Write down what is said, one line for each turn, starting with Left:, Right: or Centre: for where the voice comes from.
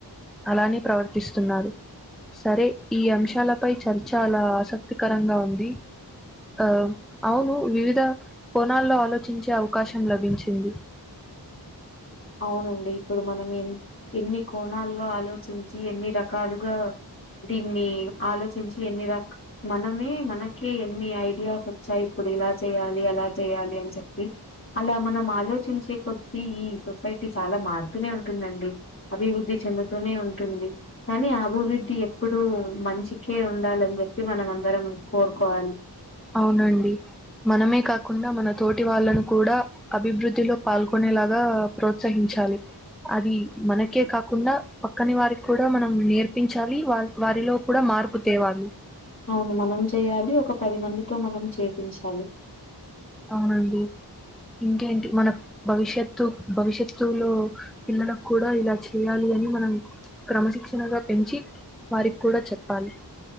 Centre: అలానే ప్రవర్తిస్తున్నారు సరే ఈ అంశాలపై చర్చ అలా ఆసక్తికరంగా ఉంది ఆ అవును వివిధ కోణాల్లో ఆలోచించే అవకాశం లభించింది
Left: అవునండి ఇప్పుడు మనం ఎ ఎన్ని కోణాల్లో ఆలోచించి ఎన్ని రకాలుగా దీన్ని ఆలోచించి ఎన్ని రక మనమే మనకే ఎన్ని ఐడియాస్ వచ్చాయి ఇప్పుడు ఇలా చేయాలి అలా చేయాలి అని చెప్పి అలా మనం ఆలోచించే కొద్దీ ఈ సొసైటీ చాలా మారుతూనే ఉంటుందండి అభివృద్ధి చెందుతూనే ఉంటుంది కానీ అభివృద్ధి ఎప్పుడు మంచికే ఉండాలని చెప్పి మనం అందరం కోరుకోవాలి
Centre: అవునండి మనమే కాకుండా మన తోటి వాళ్ళను కూడా అభివృద్ధిలో పాల్గొనేలాగా ప్రోత్సహించాలి అది మనకే కాకుండా పక్కని వారికి కూడా మనం నేర్పించాలి వా వారిలో కూడా మార్పు తేవాలి
Left: అవును మనం చేయాలి ఒక పది మందితో మనం చేపించాలి
Centre: అవునండి ఇంకేంటి మన భవిష్యత్తు భవిష్యత్తులో పిల్లలక్కూడా ఇలా చేయాలి అని మనం క్రమశిక్షణగా పెంచి వారికి కూడా చెప్పాలి